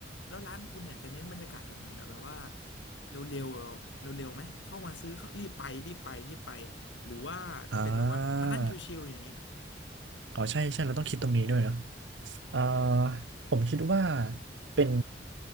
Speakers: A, on the left (about 85°); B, on the right (about 80°).
A: แล้วร้านคุณเนี่ยจะเน้นบรรยากาศแบบไหนเหรอแบบว่าเร็วๆเร็วเร็วๆไหมเข้ามาซื้อเข้ารีบไปรีบไปรีบไปหรือว่าจะเป็นแบบว่ามานั่งชิวๆอย่างเงี้ย
B: อ่าอ๋อใช่ใช่เราต้องคิดตรงนี้ด้วยเนาะเอ่อผมคิดว่าเป็น